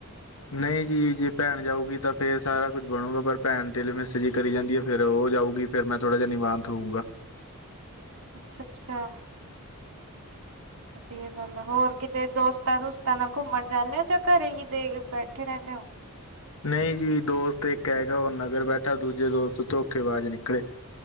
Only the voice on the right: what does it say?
ਅੱਛਾ-ਅੱਛਾ ਵਧੀਆ ਗੱਲ ਆ ਹੋਰ ਕਿਤੇ ਦੋਸਤਾ-ਦੂਸਤਾ ਨਾਲ ਘੁੰਮਣ ਜਾਂਦੇ ਹੋ ਜਾਂ ਘਰੇ ਹੀ ਦੇ ਬੈਠੇ ਰਹਿੰਦੇ ਹੋ।